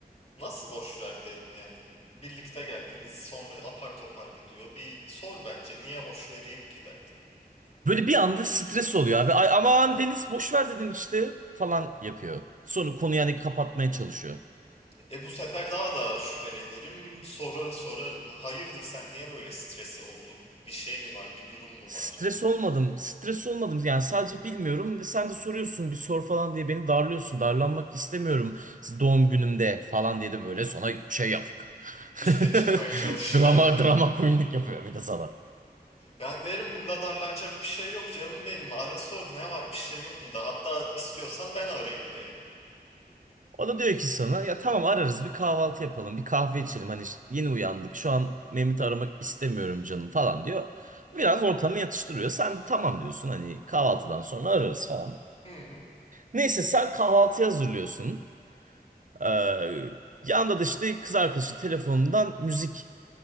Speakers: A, on the left (about 40°); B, on the right (about 55°).
A: Nasıl boş ver derim yani. Birlikte geldiniz, sonra apar topar gidiyor. Bir sor bence, niye boş vereyim ki derdim.
B: Böyle bir anda stres oluyor abi. Ay aman Deniz boş ver dedin işte falan yapıyor. Sonra konuyu yani kapatmaya çalışıyor.
A: E bu sefer daha da şüphelenirim, sorar sorarım. Hayırdır sen niye böyle stresi oldun? Bir şey mi var, bir durum mu
B: Stres
A: var?
B: olmadım. Stres olmadım. Yani sadece bilmiyorum ve sen de soruyorsun bir sor falan diye beni darlıyorsun. Darlanmak istemiyorum doğum günümde falan diye de böyle sonra şey yapıyor.
A: Üste
B: <laughs>
A: çıkmaya çalış.
B: Drama
A: <laughs>
B: drama queenlik yapıyor bir de sana.
A: Ben derim bunda darlanacak bir şey yok canım benim. Ara sor ne var bir şey yok bunda. Hatta istiyorsan ben arayayım derim.
B: O da diyor ki sana ya tamam ararız bir kahvaltı yapalım bir kahve içelim hani ş- yeni uyandık şu an Mehmet'i aramak istemiyorum canım falan diyor. Biraz ortamı yatıştırıyor sen tamam diyorsun hani kahvaltıdan sonra ararız falan.
A: Hı,
B: Neyse sen kahvaltı hazırlıyorsun. Ee, yanda da işte kız arkadaşı telefonundan müzik